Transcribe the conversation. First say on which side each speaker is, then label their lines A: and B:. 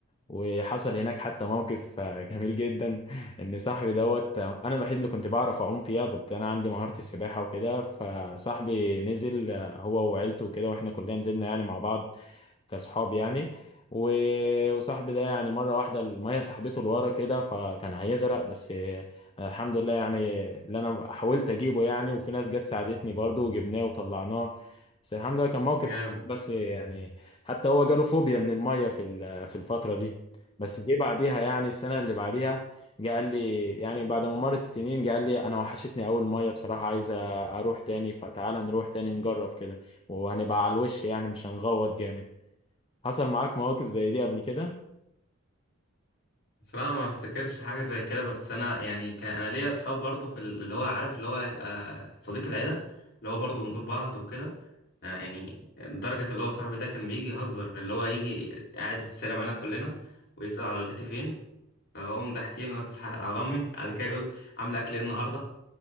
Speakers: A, on the left (about 25°); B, on the left (about 50°).
A: وحصل هناك حتى موقف آه، <laughs> جميل جدا ان صاحبي دوت آه، انا الوحيد اللي كنت بعرف اعوم فيها كنت انا عندي مهارة السباحة وكده فصاحبي نزل آه، هو وعيلته وكده واحنا كلنا نزلنا يعني مع بعض كاصحاب يعني و- وصاحبي ده يعني مرة واحدة المية سحبته لورا كده فكان هيغرق بس آه، الحمد لله يعني اللي انا حاولت اجيبه يعني وفي ناس جت ساعدتني برضو وجبناه وطلعناه بس الحمد لله كان موقف
B: جامد
A: حلو، بس يعني حتى هو جاله فوبيا من المية في ال- آه، في الفترة دي بس جه بعديها يعني السنة اللي بعديها جه قال لي يعني بعد ما مرت السنين جه قال لي أنا وحشتني أول مية بصراحة عايز أروح تاني فتعالى نروح تاني نجرب كده وهنبقى على الوش يعني مش هنغوط جامد حصل معاك مواقف زي دي قبل كده؟
B: بصراحه ما افتكرش حاجه زي كده بس انا يعني كان انا ليا اصحاب برضو في ال- اللي هو عارف اللي هو هيبقى صديق العيله اللي هو برضو بنزور بعض وكده آه، يعني لدرجه اللي هو صاحبي ده كان بيجي يهزر اللي هو يجي قاعد يسلم علينا كلنا ويسال على والدتي فين اقوم ضاحكين انا تصحى على امي بعد كده يقول عامله اكل ايه النهارده